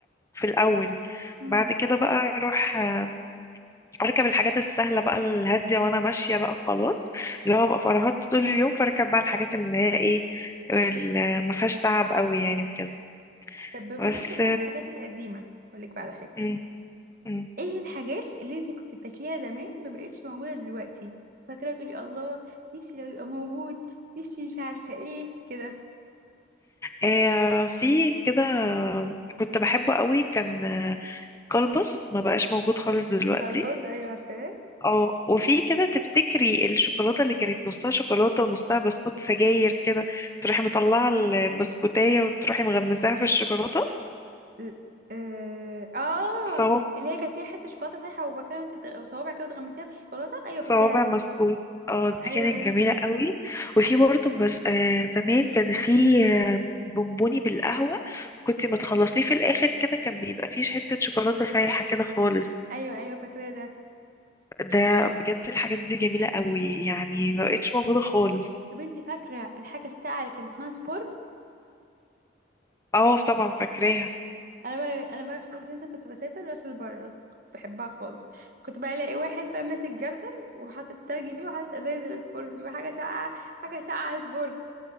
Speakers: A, on the left; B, on the right.
A: في الاول
B: امم
A: بعد كده بقى اروح آه، اركب الحاجات السهله بقى الهاديه وانا ماشيه بقى خلاص اللي هو بقى فرهدت طول اليوم فاركب بقى الحاجات اللي هي ايه اللي ما فيهاش تعب قوي يعني وكده
B: طب بمناسبه
A: بس
B: بقى الحاجات القديمه اقول لك بقى على حاجه
A: مم. مم.
B: ايه الحاجات اللي انت كنت بتاكليها زمان ما بقتش موجوده دلوقتي فاكره تقولي الله نفسي لو يبقى موجود نفسي مش عارفه ايه كده
A: آه في كده كنت بحبه قوي كان آه، كلبس ما بقاش موجود خالص دلوقتي
B: كلبز ايوه عارفاه
A: اه وفي كده تفتكري الشوكولاتة اللي كانت نصها شوكولاتة ونصها بسكوت سجاير كده تروحي مطلعة البسكوتاية وتروحي مغمساها في الشوكولاتة
B: ال- اه آه،
A: صواب
B: اللي هي كانت فيها حته شوكولاته سايحه وبكده انت وصوابعك كده وتغمسيها في الشوكولاته ايوه
A: صوابع
B: فاكراها دي
A: بسكوت اه دي
B: ايوه
A: كانت
B: ايوه
A: جميلة قوي وفي برضه بس آه زمان كان في آه، بونبوني بالقهوة كنت ما تخلصيه في الآخر كده كان بيبقى فيه حتة شوكولاتة سايحة كده خالص
B: ايوه ايوه فاكراه ده
A: ده بجد الحاجات دي جميلة قوي يعني
B: مم.
A: ما بقتش موجودة خالص
B: طب انت فاكره الحاجه الساقعه اللي كان اسمها سبور
A: اه طبعا فاكراها
B: انا بقى انا بقى سبور دي مثلا كنت بسافر راس البر بحبها خالص كنت بقى الاقي واحد بقى ماسك جردل وحاطط تلج فيه وحاطط ازايز السبورت دي وحاجه ساقعه حاجه ساقعه سبورت